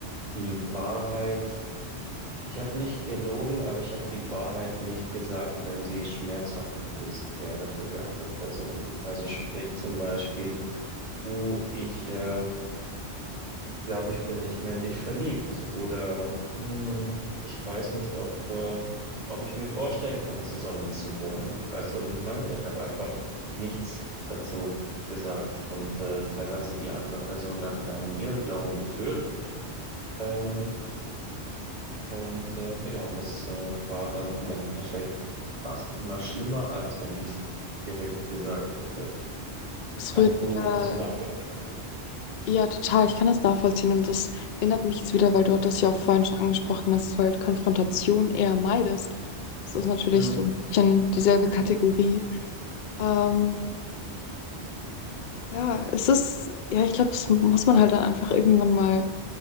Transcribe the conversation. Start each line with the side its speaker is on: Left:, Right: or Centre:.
Right: die Wahrheit, ich habe nicht gelogen, aber ich habe die Wahrheit nicht gesagt, wenn sie schmerzhaft gewesen wäre für die andere Person. Also sprich zum Beispiel, uh, ich äh, glaube, ich bin nicht mehr in dich verliebt oder hm, ich weiß nicht, ob, äh, ob ich mir vorstellen kann, zusammen zu wohnen. Weißt du, was ich meine? Und ich habe einfach nichts dazu gesagt und äh, teilweise die andere Person dann in einen Irrglauben geführt. Ähm, und äh, genau, das äh, war dann im Endeffekt fast immer schlimmer, als wenn ich es direkt gesagt hätte.
Left: Es
Right: Kannst
Left: rührt wieder
Right: du, kannst du nachvollziehen?
Left: Ja, total. Ich kann das nachvollziehen und das erinnert mich jetzt wieder, weil du hattest ja auch vorhin schon angesprochen, dass du halt Konfrontation eher meidest. Das ist natürlich
Right: Mhm.
Left: so ein bisschen dieselbe Kategorie. Ähm, ja, es ist, ja, ich glaube, das muss man halt dann einfach irgendwann mal